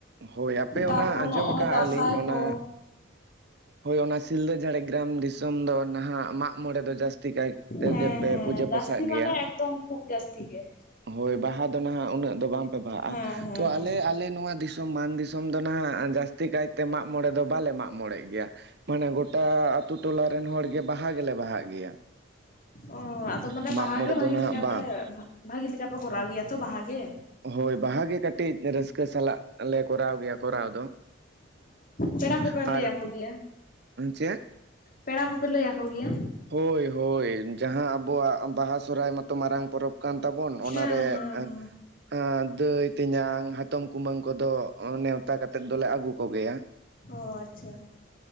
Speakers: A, on the right; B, on the left.
A: ᱦᱳᱭ ᱟᱯᱮ
B: ᱛᱟᱨᱯᱚᱨ
A: ᱚᱱᱟ ᱟᱸᱡᱚᱢ
B: ᱱᱚᱜᱼᱚᱭ
A: ᱟᱠᱟᱜ
B: ᱫᱟᱸᱥᱟᱭ
A: ᱟᱹᱞᱤᱧ ᱚᱱᱟ
B: ᱠᱚ
A: ᱦᱳᱭ ᱚᱱᱟ ᱥᱤᱞᱫᱟᱹ ᱡᱷᱟᱲᱜᱨᱟᱢ ᱫᱤᱥᱚᱢ ᱫᱚ ᱱᱟᱦᱟᱸᱜ, ᱢᱟᱜ ᱢᱚᱬᱮ ᱫᱚ ᱡᱟᱹᱥᱛᱤ ᱠᱟᱭ ᱛᱮᱜᱮ
B: ᱦᱮᱸ
A: ᱯᱮ
B: ᱦᱮᱸ
A: ᱯᱩᱡᱟᱹ
B: ᱡᱟᱹᱥᱛᱤ
A: ᱯᱟᱥᱟᱜ ᱜᱮᱭᱟ᱾
B: ᱢᱟᱱᱮ ᱮᱠᱫᱚᱢ ᱠᱷᱩᱵᱽ ᱡᱟᱹᱥᱛᱤ ᱜᱮ,
A: ᱦᱳᱭ ᱵᱟᱦᱟ ᱫᱚ ᱱᱟᱦᱟᱸᱜ ᱩᱱᱟᱹᱜ ᱫᱚ ᱵᱟᱝᱯᱮ ᱵᱟᱦᱟᱜᱼᱟ
B: ᱦᱮᱸ ᱦᱮᱸ
A: ᱛᱚ
B: ᱦᱮᱸ
A: ᱟᱞᱮ, ᱟᱞᱮ ᱱᱚᱣᱟ ᱫᱤᱥᱚᱢ ᱢᱟᱱ ᱫᱤᱥᱚᱢ ᱫᱚ ᱱᱟᱦᱟᱸᱜ ᱡᱟᱹᱥᱛᱤ ᱠᱟᱭᱛᱮ ᱢᱟᱜᱽ ᱢᱚᱬᱮ ᱫᱚ ᱵᱟᱞᱮ ᱢᱟᱜᱽ ᱢᱚᱬᱮ ᱜᱮᱭᱟ᱾ ᱢᱟᱱᱮ ᱜᱚᱴ ᱴᱟ ᱟᱛᱳ ᱴᱚᱞᱟᱮᱱ ᱦᱚᱲᱜᱮ ᱵᱟᱦᱟ ᱜᱮᱞᱮ ᱵᱟᱦᱟᱜ ᱜᱮᱭᱟ᱾
B: ᱚᱻ ᱟᱫᱚ ᱢᱟᱱᱮ
A: ᱢᱟᱜ
B: ᱵᱟᱦᱟ
A: ᱢᱚᱬᱮ
B: ᱜᱮ ᱵᱷᱟᱹᱜᱤ
A: ᱫᱚ ᱱᱟᱦᱟᱜ
B: ᱞᱮᱠᱟ
A: ᱵᱟᱝ
B: ᱯᱮ, ᱵᱷᱟᱹᱜᱤ ᱞᱮᱠᱟ ᱯᱮ ᱠᱚᱨᱟᱣ ᱜᱮᱭᱟ ᱛᱚ ᱵᱟᱦᱟ ᱜᱮ᱾
A: ᱦᱳᱭ ᱵᱟᱦᱟᱜ ᱜᱮ ᱠᱟᱹᱴᱤᱡ ᱨᱟᱹᱥᱠᱟᱹ ᱥᱟᱞᱟᱜ ᱞᱮ ᱠᱚᱨᱟᱣ ᱜᱮᱭᱟ ᱠᱚᱨᱟᱣ ᱫᱚ᱾
B: ᱯᱮᱲᱟ ᱠᱚᱯᱮ
A: ᱟᱨ
B: ᱞᱟᱹᱭ ᱟᱠᱚ ᱜᱮᱭᱟ,
A: ᱪᱮᱫ
B: ᱯᱮᱲᱟ ᱠᱚᱯᱮ ᱞᱟᱹᱭ ᱟᱠᱚ ᱜᱮᱭᱟ?
A: ᱦᱳᱭ ᱦᱳᱭ ᱡᱟᱦᱟᱸ ᱟᱵᱚᱣᱟᱜ ᱵᱟᱦᱟ ᱥᱚᱦᱚᱨᱟᱭ ᱢᱟ ᱛᱚ ᱢᱟᱨᱟᱝ ᱯᱚᱨᱚᱵᱽ ᱠᱟᱱ ᱛᱟᱵᱚᱱ ᱚᱱᱟᱨᱮ,
B: ᱦᱮᱸ ᱦᱮᱸ
A: ᱮᱸ
B: ᱦᱮᱸ
A: ᱫᱟᱹᱭ-ᱛᱮᱧᱟᱝ ᱦᱟᱛᱚᱢ ᱠᱩᱢᱟᱹᱝ ᱠᱚᱫᱚ ᱱᱮᱣᱛᱟ ᱠᱟᱛᱮᱫ ᱫᱚᱞᱮ ᱟᱹᱜᱩ ᱠᱚᱜᱮᱭᱟ᱾
B: ᱚ ᱟᱪᱪᱷᱟ